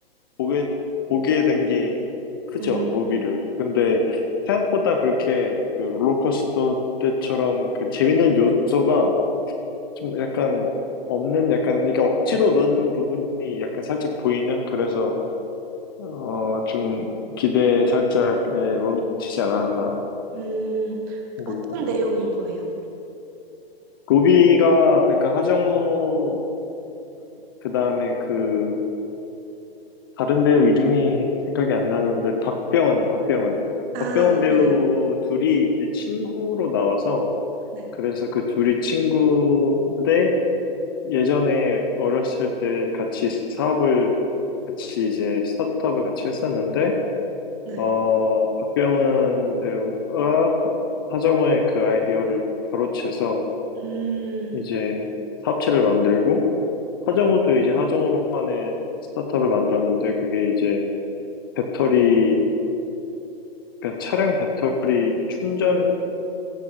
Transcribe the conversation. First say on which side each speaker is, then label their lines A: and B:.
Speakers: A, on the left; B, on the right.
A: 보게 보게 된 게 크죠
B: 음,
A: 로비를. 근데 생각보다 그렇게 그 롤러코스터 때처럼 그 재밌는 요소가 좀 약간 없는 약간 이게 억지로 넣은 부분이 약간 살짝 보이는 그래서 어, 좀 기대에 살짝 예, 몸치지 않았나
B: 음,
A: 생각이
B: 어떤
A: 들어요.
B: 내용인 거예요?
A: 로비가 그러니까 하정우랑 그다음에 그 다른 배우 이름이 생각이 안 나는데 박병원, 박병원.
B: 아,
A: 박병원 배우
B: 네네.
A: 둘이 이제 친구로 나와서
B: 네,
A: 그래서 그 둘이 친구인데 예전에 어렸을 때 같이 사업을 같이 이제 스타트업을 같이 했었는데
B: 네.
A: 어, 박병은 배우가 하정우의 그 아이디어를 가로채서
B: 음,
A: 이제 사업체를 만들고 하정우도 이제 하정우만의 스타트업을 만들었는데 그게 이제 배터리 그러니까 차량 배터리 충전